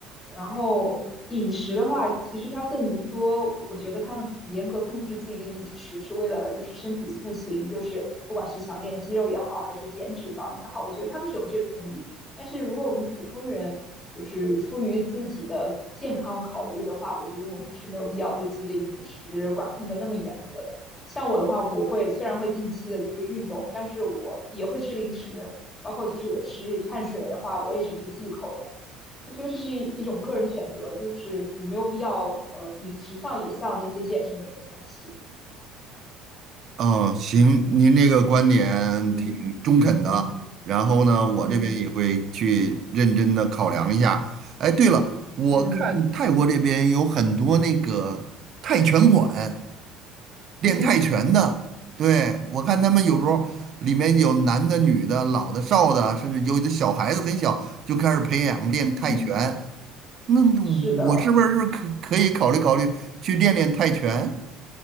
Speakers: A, on the left; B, on the right.
A: 然后饮食的话，其实它更多，我觉得他们严格控制自己的饮食，是为了就是身体塑形，就是不管是想练肌肉也好，还是减脂肪也好，我觉得他们是有这种目的。但是如果我们普通人就是出于自己的健康考虑的话，我觉得我们是没有必要对自己的饮食管控的那么严格的。像我的话，我会虽然会定期的就是运动，但是我也会吃零食，包括就是我吃碳水的话，我也是不忌口的。我觉得这是一一种个人选择，就是你没有必要呃饮食上也向那些健身的人看齐。
B: 嗯，行，您这个观点挺中肯的，
A: 嗯嗯
B: 然后呢，我这边也会去认真的考量一下。
A: 嗯
B: 哎，对了，我看泰国这边有很多那个泰拳馆
A: 嗯
B: 练泰拳的，
A: 嗯
B: 对，我看他们有时候里面有男的、女的、老的、少的，甚至有的小孩子很小就开始培养练泰拳。
A: 嗯，
B: 那
A: 是的，
B: 我是不是可可以考虑考虑去练练泰拳？